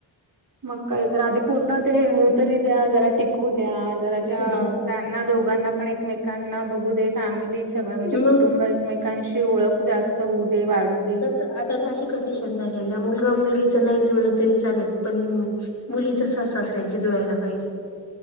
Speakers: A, on the right; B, on the left.
A: <unintelligible>
B: विकू द्या
A: दोघांना पण एकमेकांना बघू दे फॅमिली सगळं म्हणजे
B: मग
A: कुटुंब. एकमेकांची ओळख जास्त होऊ दे वाढून.
B: आता तर आता तर अशी कंडिशन झालेल्या मुलगा मुलगीच नाही जुळलं तरी चालेल पण. मुलीचं सासू-सासर्‍यांची जुळायला पाहिजे.